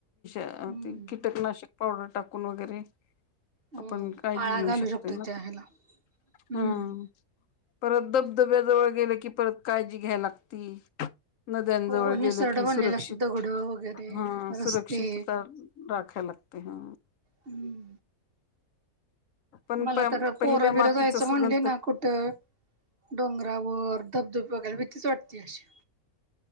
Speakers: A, on the left (about 70°); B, on the right (about 45°).
A: अ
B: हम्म.
A: ती कीटकनाशक पावडर टाकून वगैरे.
B: हम्म
A: आपण काळजी
B: आळा
A: घेऊ
B: घालू
A: शकतोय ना
B: त्या ह्याला. हम्म.
A: हं. परत धबधब्याजवळ गेलं की परत काळजी घ्याय लागती. नद्यांजवळ
B: हो निसरड
A: गेलं की
B: बनलेले
A: सुरक्षित
B: असतात दगड वगैरे
A: हा सुरक्षितता
B: रस्ते.
A: राखायला लागती हा!
B: हुं!
A: पण
B: मला
A: प
B: तर
A: पहिल्या
B: पोर बिरं
A: मातीचा
B: जायचं म्हणले
A: सुगंध
B: ना कुठं डोंगरावर धबधबा बघायला भीतीच वाटते अशी.